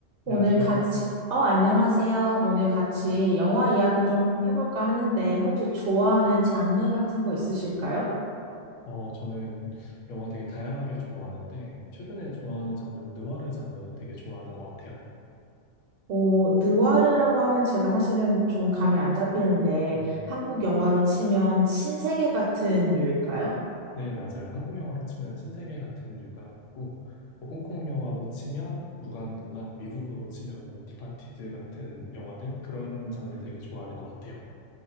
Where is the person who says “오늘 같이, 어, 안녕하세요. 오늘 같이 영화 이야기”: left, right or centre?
Right